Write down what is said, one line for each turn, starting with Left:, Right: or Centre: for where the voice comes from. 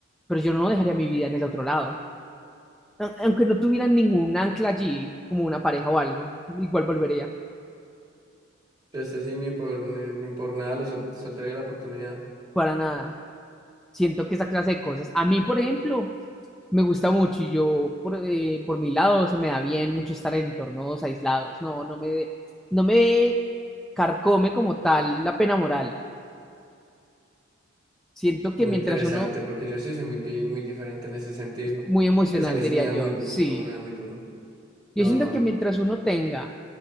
Centre: pero yo no dejaría mi vida en el otro lado. A- Aunque no tuviera ningún ancla allí, como una pareja o algo, igual volvería,
Right: Este sí, ni por, ni, ni por nada lo sol- soltaría la oportunidad.
Centre: para nada. Siento que esa clase de cosas, a mí, por ejemplo, me gusta mucho y yo, por, eh, por mi lado, se me da bien mucho estar en entornos aislados. No, no me, no me carcome como tal la pena moral. Siento que
Right: Muy
Centre: mientras
Right: interesante,
Centre: uno
Right: porque yo sí soy muy, di- muy diferente en ese sentido.
Centre: Muy emocional,
Right: Pues a mí
Centre: diría
Right: sí me da
Centre: yo,
Right: muy duro,
Centre: sí.
Right: me da muy duro.
Centre: Yo
Right: No,
Centre: siento
Right: no,
Centre: que
Right: no.
Centre: mientras uno tenga